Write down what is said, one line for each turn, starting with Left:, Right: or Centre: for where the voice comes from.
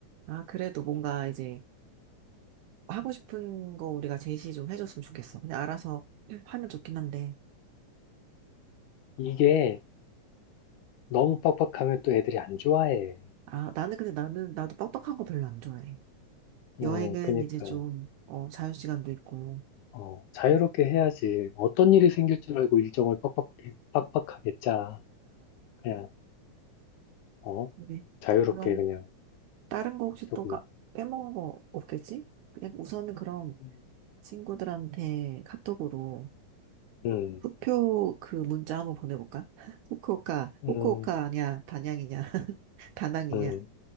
Right: 아, 그래도 뭔가 이제 하고 싶은 거 우리가 제시 좀 해줬으면 좋겠어. 그냥 알아서 하면 좋긴 한데.
Left: 이게 너무 빡빡하면 또 애들이 안 좋아해.
Right: 아, 나는 근데 나는, 나도 빡빡한 거 별로 안 좋아해.
Left: 음,
Right: 여행은
Left: 그니까.
Right: 이제 좀, 어, 자유시간도 있고.
Left: 어, 자유롭게
Right: 음,
Left: 해야지. 어떤 일이 생길 줄 알고 일정을 빡빡하게, 빡빡하게 짜. 그냥, 어,
Right: 그래.
Left: 자유롭게
Right: 그럼,
Left: 그냥
Right: 다른 거 혹시
Left: 조금,
Right: 또 까, 빼먹은 거 없겠지? 그냥 우선은 그럼
Left: 음.
Right: 친구들한테 카톡으로
Left: 음,
Right: 후표 그 문자 한번 보내볼까? <laughs> 후쿠오카, 후쿠오카
Left: 음,
Right: 아니야, 단양이냐, <laughs> 다낭이냐,
Left: 음,